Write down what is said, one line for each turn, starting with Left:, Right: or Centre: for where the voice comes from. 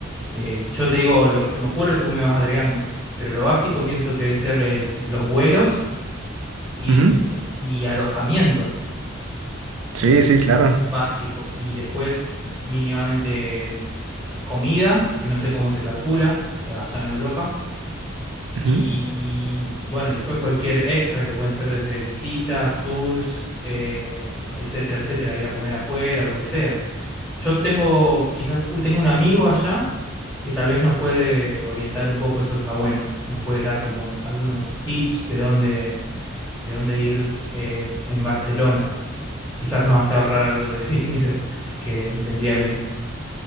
Centre: eh, yo te digo lo que se me ocurre, tú me vas agregando. Pero lo básico pienso que debe ser el- los vuelos y,
Right: Ujú.
Centre: y alojamiento
Right: Sí, sí, claro.
Centre: básico. Y después mínimamente comida, que no sé cómo se calcula eh, allá en Europa.
Right: Ujú.
Centre: Y bueno, y después cualquier extra que pueden ser desde visitas, tours, eh, etcétera, etcétera, ir a comer afuera, lo que sea. Yo tengo, quizás, uh, tengo un amigo allá que tal vez nos puede orientar un poco, eso está bueno. Nos puede dar como algunos tips de dónde, de dónde ir eh, en Barcelona. Quizás nos hace ahorrar algo de <laughs> dinero que vendría bien.